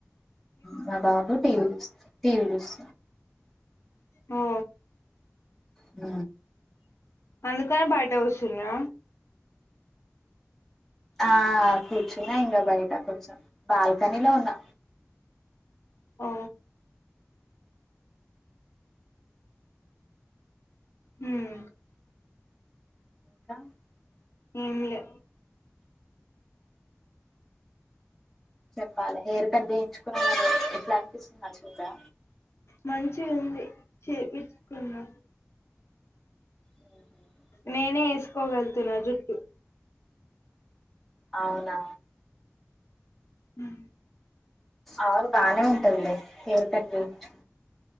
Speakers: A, in the centre; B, on the left (about 65°).
A: మా బాబు టీ వీ టీ వీ చూస్
B: ఓ
A: ఊ
B: అందుకనే బయట కూసుర్రా
A: ఆ కూర్చున్నా ఇంక బయట కొంచెం బాల్కనీ లో ఉన్నా
B: ఔ మ్మ్
A: <inaudible>
B: ఏం లే
A: చెప్పాలి హేర్ కట్ చేయించుకున్నా <inaudible> మరి ఎట్లా అన్పిస్తుంది మంచిగుందా
B: మంచిగుంది చేపిచ్చుకున్నా
A: ఆహ
B: నేనే ఏసుకోగలుతున్నా జుట్టు
A: అవునా
B: ఉమ్
A: అవును బానే ఉంటదిలే హేర్ కట్ చేయిచ్చు